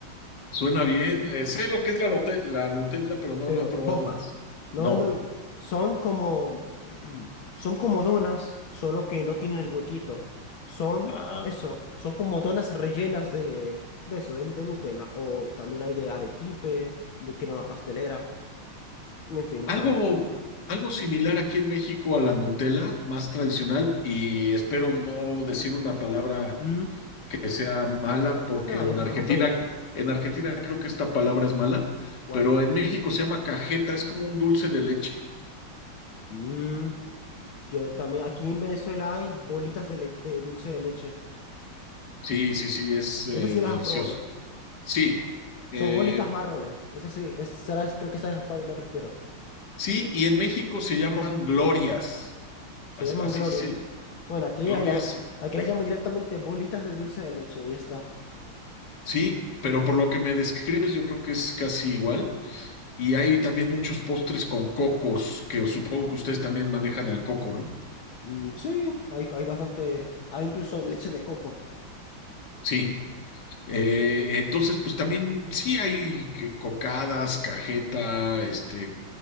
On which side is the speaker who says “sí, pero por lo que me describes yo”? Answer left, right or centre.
Left